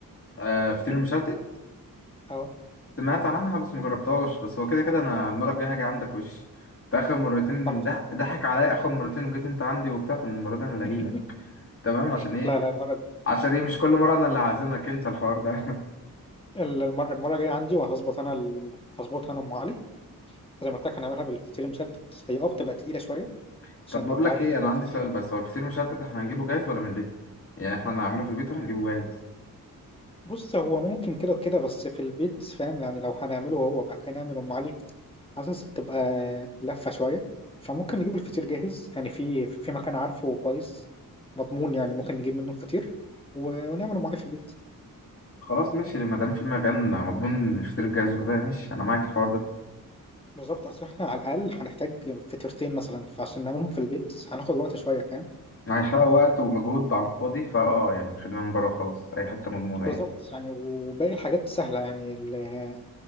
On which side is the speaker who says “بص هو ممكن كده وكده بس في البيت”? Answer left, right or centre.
Left